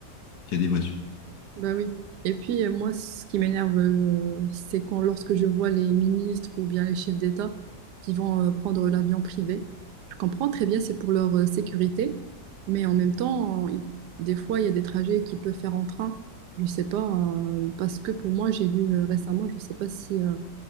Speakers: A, on the left; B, on the right.
A: qu'il y a des voitures?
B: Bah oui. Et puis, euh, moi, ce qui m'énerve, euh, c'est quand, lorsque je vois les ministres ou bien les chefs d'État qui vont euh, prendre l'avion privé, je comprends très bien, c'est pour leur euh, sécurité, mais en même temps, il- des fois, il y a des trajets qu'ils peuvent faire en train. Je sais pas, euh, parce que pour moi, j'ai lu euh, récemment, je sais pas si euh,